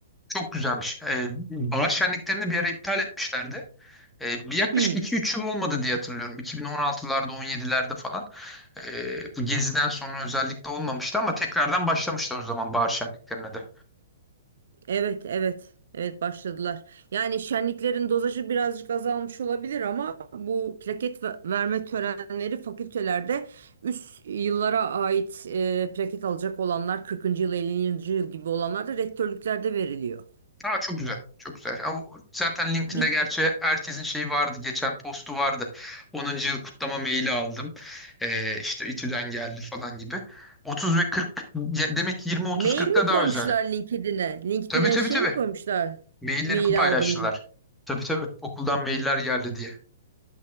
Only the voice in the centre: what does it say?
Çok güzelmiş. Ee, bahar şenliklerini bir ara iptal etmişlerdi. Ee, bir yaklaşık
iki üç yıl olmadı diye hatırlıyorum. 2016'larda, 17'lerde falan. Ee, bu geziden sonra özellikle olmamıştı ama tekrardan başlamışlar o zaman bahar şenliklerine de.
Aa, çok güzel. Çok güzel. Ama zaten LinkedIn'de
gerçi herkesin şeyi vardı. Geçen postu vardı. Onuncu yıl kutlama maili aldım. Ee, işte İTÜ'den geldi falan gibi. 30 ve 40 demek ki 20-30-40'ta
daha
özel.
Tabii tabii
tabii.
Mailleri
paylaştılar.
Tabii tabii okuldan mailler geldi diye.